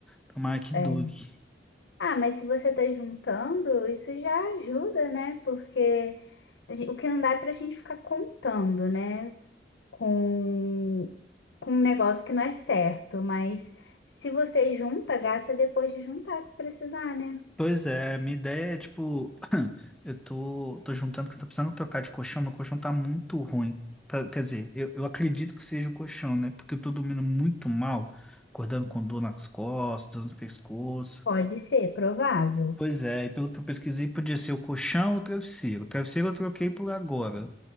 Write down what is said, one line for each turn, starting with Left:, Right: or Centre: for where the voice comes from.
Centre: tomara que
Left: É.
Centre: dure.
Left: Ah, mas se você tá juntando, isso já ajuda, né? Porque a gen- o que não dá é pra gente ficar contando, né? Com, com um negócio que não é certo. Mas se você junta, gasta depois de juntar, se precisar, né?
Centre: Pois é, minha ideia é tipo, <clears throat> eu tô, tô juntando que eu tô precisando trocar de colchão, meu colchão tá muito ruim. Pra- Quer dizer, eu, eu acredito que seja o colchão, né? Porque eu tô dormindo muito mal, acordando com dor nas costas, no pescoço.
Left: Pode ser, provável.
Centre: Pois é, e pelo que eu pesquisei, podia ser o colchão ou o travesseiro. O travesseiro eu troquei por agora.